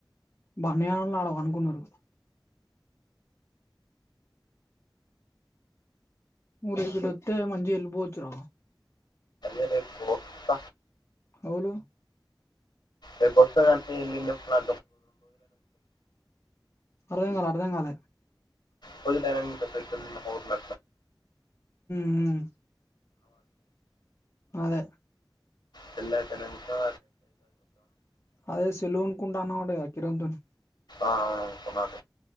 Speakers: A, on the left; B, on the left.
A: బనియానంలో ఆడ పడకున్నారు ఊరే ఎటోత్తే మంజిల్ పోతురు
B: అది పోస్త
A: ఆలూ
B: రపుుస్తకన్ని ఇ పలా
A: అర్దాం కాాల అర్దం కాాల
B: పోదు ఇకాతు ఊర్ల
A: ఉ అదే
B: తెల్ అయితేనంతకా
A: అదే సెలూన్ కుంట అన వాడేగా కిరతుని
B: అవును అనుకున్నాను